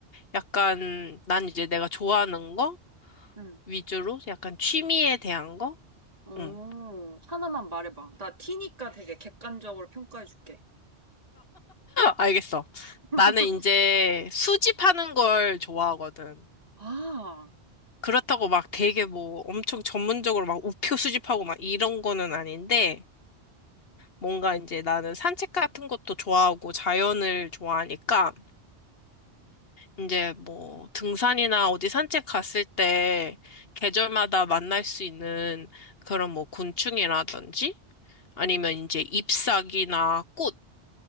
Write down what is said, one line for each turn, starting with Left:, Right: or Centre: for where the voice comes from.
Left: 약간 난 이제 내가 좋아하는 거
Right: 음.
Left: 위주로 약간 취미에 대한 거?
Right: 오,
Left: 응.
Right: 하나만 말해봐. 나 티니까 되게 객관적으로 평가해줄게.
Left: 알겠어.
Right: <laughs>
Left: 나는 이제 수집하는 걸 좋아하거든.
Right: 아,
Left: 그렇다고 막 되게 뭐 엄청 전문적으로 막 우표 수집하고 막 이런 거는 아닌데, 뭔가 이제 나는 산책 같은 것도 좋아하고 자연을 좋아하니까, 이제 뭐 등산이나 어디 산책 갔을 때 계절마다 만날 수 있는 그런 뭐 곤충이라든지, 아니면 이제 잎사귀나 꽃,